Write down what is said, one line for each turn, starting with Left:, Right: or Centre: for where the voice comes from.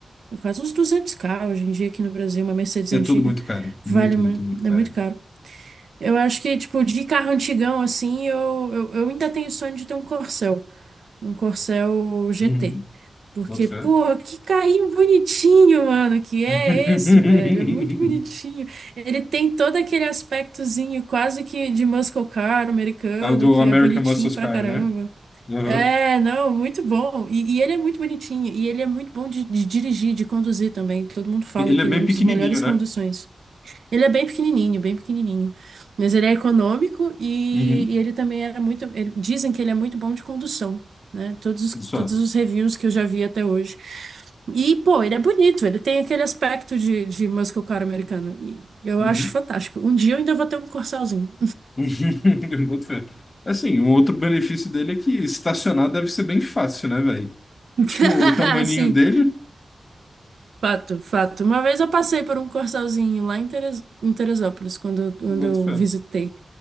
Right: É quase uns duzentos k hoje em dia aqui no Brasil. Uma Mercedes
Left: É
Right: antiga
Left: tudo muito caro.
Right: vale,
Left: Muito,
Right: uma-
Left: muito, muito
Right: é
Left: caro.
Right: muito caro. Eu acho que, tipo, de carro antigão, assim, eu, eu, eu ainda tenho sonho de ter um Corcel. Um Corsel GT.
Left: Uhum.
Right: Porque,
Left: Boto fé.
Right: pô, que carrinho bonitinho, mano, que é
Left: <laughs>
Right: esse, velho? É muito bonitinho. Ele tem todo aquele aspectozinho quase que de muscle car americano,
Left: Ah, o do
Right: que
Left: American
Right: é bonitinho
Left: Muscle
Right: pra
Left: Car,
Right: caramba.
Left: né? Aham.
Right: É, não, muito bom. E, e ele é muito bonitinho. E ele é muito bom de, de dirigir, de conduzir também. Todo mundo fala
Left: Ele
Right: que
Left: é bem
Right: ele é um
Left: pequenininho,
Right: dos melhores
Left: né?
Right: conduções. Ele é bem pequenininho, bem pequenininho. Mas ele é econômico e,
Left: Uhum.
Right: e ele também era muito. ele- dizem que ele é muito bom de condução, né? Todos, os-
Left: Só.
Right: todos os reviews que eu já vi até hoje. E, pô, ele é bonito, ele tem aquele aspecto de, de muscle car americano. E eu
Left: Uhum.
Right: acho fantástico. Um dia eu ainda vou ter um Corsalzinho.
Left: <laughs> Boto fé. Assim, um outro benefício dele é que estacionar deve ser bem fácil, né, velho?
Right: <laughs>
Left: Tipo, o tamaninho
Right: Sim,
Left: dele,
Right: fato, fato. Uma vez eu passei por um Corsalzinho lá em Teres- em Teresópolis, quando, eu- quando
Left: eu boto
Right: eu
Left: fé.
Right: visitei.